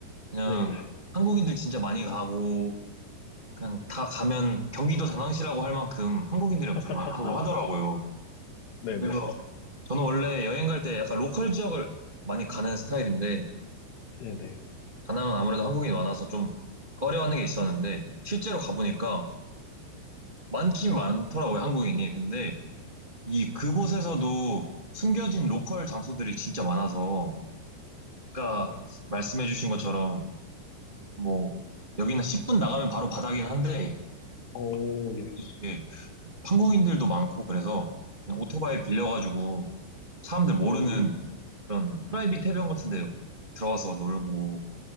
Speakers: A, on the right; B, on the left.
A: 그냥
B: 네.
A: 한국인들 진짜 많이 가고, 그냥 다 가면 경기도 다낭시라고 할 만큼 한국인들이 엄청
B: <laughs>
A: 많다고 하더라고요.
B: 네네네.
A: 그래서 저는 원래 여행 갈 때 약간 로컬 지역을 많이 가는 스타일인데
B: 네네.
A: 다낭은 아무래도 한국인이 많아서 좀 꺼려하는 게 있었는데 실제로 가보니까 많긴 많더라고요 한국인이 근데 이 그곳에서도 숨겨진 로컬 장소들이 진짜 많아서 아까
B: 네.
A: 말씀해주신 것처럼 뭐 여기는 10분 나가면 바로 바다긴 한데
B: 오, 예.
A: 이게 한국인들도 많고 그래서 그냥 오토바이 빌려가지고 사람들 모르는
B: 오,
A: 그런 프라이빗 해변 같은 데요 들어가서 놀고